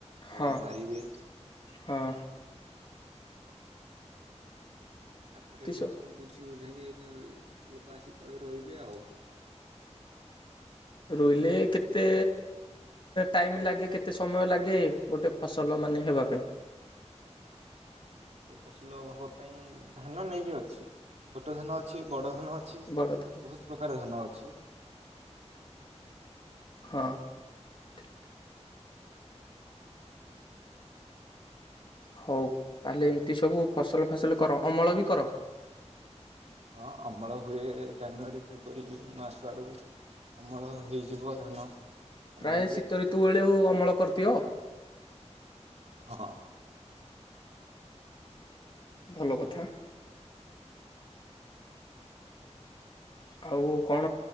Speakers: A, on the right; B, on the left.
A: ତଳି
B: ହଁ
A: ମାରି ବେ
B: ହଁ
A: ତାପରେ
B: ତିସ
A: ଲୋକଙ୍କୁ ବୁଝିବୁ। କି ବୁଝେଇକି ଲୋକ ଆସିିକି ତଳି ମାରିବେ ଆଉ।
B: ରୋଇଲେ କେତେ ଟାଇମ ଲାଗେ କେତେ ସମୟ ଲାଗେ ଗୋଟେ ଫସଲ ମାନେ ହେବା ପାଇଁ।
A: ସେ ଫସଲ ହବା ପାଇଁ ଧାନ ନେଇକି ଅଛି। ଛୋଟ ଧାନ ଅଛି ବଡ଼ ଧାନ ଅଛି
B: ବଡ଼ ଧାନ।
A: ବହୁତ ପ୍ରକାର ଧାନ ଅଛି।
B: ହଁ ଠିକ। ହଉ ତାହଲେ ଏମିତି ସବୁ ଫସଲ ଫାସଲ କର ଅମଳ ବି କର।
A: ହଁ ଅମଳ ହୁଏ ଜାନୁଆରୀ ଫେବୃଆରୀ ମାସ ଆଡକୁ ଅମଳ ହେଇଯିବ ଧାନ। ଆମେ
B: ପ୍ରାୟ
A: ଏବେ
B: ଶୀତ ଋତୁ ବେଳେ କୁ ଅମଳ କରିଦିଅ।
A: ହଁ।
B: ଭଲ କଥା। ଆଉ କଣ?